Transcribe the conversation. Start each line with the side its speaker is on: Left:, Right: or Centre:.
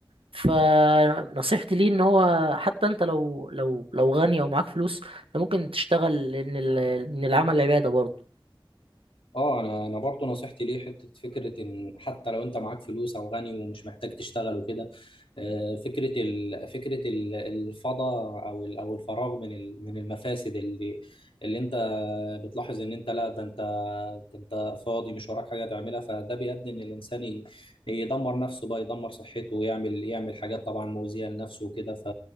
Right: فنصيحتي ليه ان هو حتى انت لو لو لو غني او معاك فلوس انت ممكن تشتغل لان ال- ان العمل عباده برضه
Left: اه انا انا برضو نصيحتي ليه حته فكره ان حتى لو انت معاك فلوس او غني ومش محتاج تشتغل وكده آه، فكره ال... فكره ال- الفضاء او ال- او الفراغ من ال- من المفاسد اللي اللي انت بتلاحظ ان انت لا ده انت ده انت فاضي مش وراك حاجه تعملها فده بيؤدي ان الانسان ي- يدمر نفسه بقى يدمر صحته ويعمل يعمل حاجات طبعا مؤذيه لنفسه وكده ف...